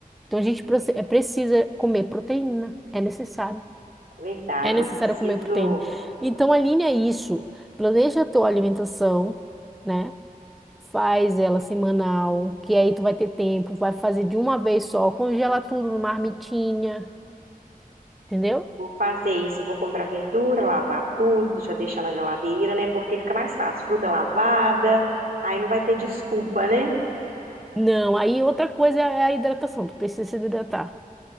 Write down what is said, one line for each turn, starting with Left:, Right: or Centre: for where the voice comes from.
Centre: Então a gente proce-
Right: É,
Centre: eh, precisa comer proteína. É necessário.
Right: verdade.
Centre: É necessário
Right: Eu preciso.
Centre: comer proteína. Então alinha isso. Planeja a tua alimentação, né? Faz ela semanal, que aí tu vai ter tempo, vai fazer de uma vez só, congela tudo numa marmitinha, entendeu?
Right: Vou fazer isso, vou comprar verdura, lavar tudo, já deixar na geladeira, né? Porque fica mais fácil. Fruta lavada, aí não vai ter desculpa, né?
Centre: Não, aí outra coisa é a hidratação, tu precisa se hidratar.